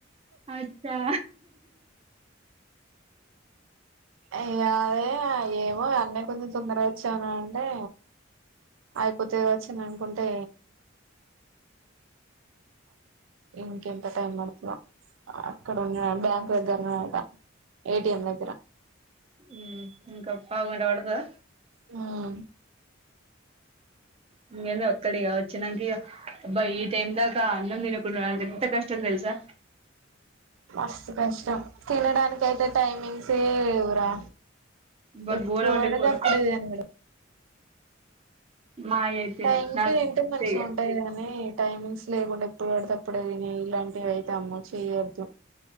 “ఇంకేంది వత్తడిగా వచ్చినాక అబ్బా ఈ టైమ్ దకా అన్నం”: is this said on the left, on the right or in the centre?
Right